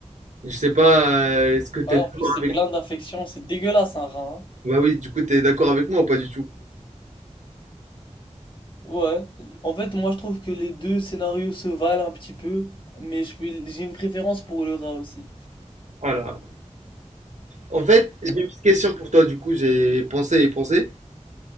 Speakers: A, on the right; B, on the left.
A: Je sais pas, euh, est-ce que t'es
B: Ouais,
A: d'accord
B: en plus c'est
A: avec...
B: plein d'infections, c'est dégueulasse un rat hein.
A: Bah oui, du coup t'es d'accord avec moi ou pas du tout?
B: Ouais, en fait, moi je trouve que les deux scénarios se valent un petit peu, mais je peux- j'ai une préférence pour le rat aussi,
A: Voilà. En fait, j'ai une petite question pour toi du coup, j'ai pensé et pensé.